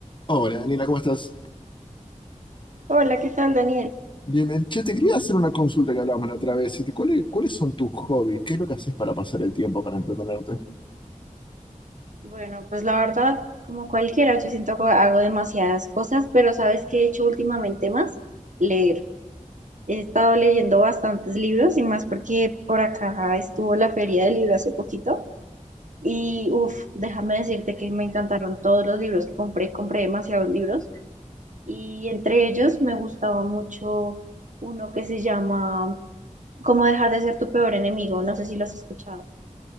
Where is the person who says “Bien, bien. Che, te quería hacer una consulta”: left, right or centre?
Left